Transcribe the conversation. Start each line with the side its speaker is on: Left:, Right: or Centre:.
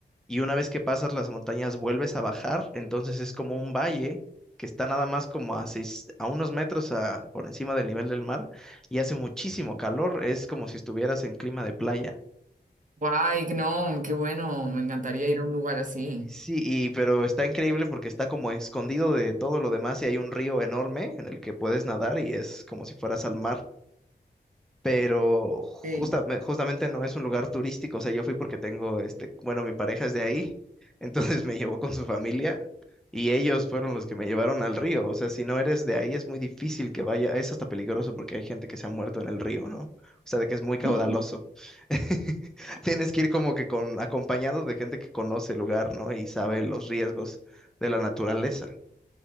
Centre: y una vez que pasas las montañas vuelves a bajar, entonces es como un valle que está nada más como a seis, a unos metros a- por encima del nivel del mar y hace muchísimo calor, es como si estuvieras en clima de playa.
Right: Guay, no, qué bueno, me encantaría ir a un lugar así.
Centre: Sí, y, pero está increíble porque está como escondido de todo lo demás y hay un río enorme en el que puedes nadar y es como si fueras al mar pero justa-
Right: Sí.
Centre: me- justamente no es un lugar turístico, o sea, yo fui porque tengo, este, bueno, mi pareja es de ahí, <laughs> entonces me llevó con su familia y ellos fueron los que me llevaron al río, o sea, si no eres de ahí es muy difícil que vaya, es hasta peligroso porque hay gente que se ha muerto en el río, ¿no? O sea, de que es muy caudaloso.
Right: Mm.
Centre: <laughs> Tienes que ir como que con, acompañado de gente que conoce el lugar, ¿no? Y sabe los riesgos de la naturaleza.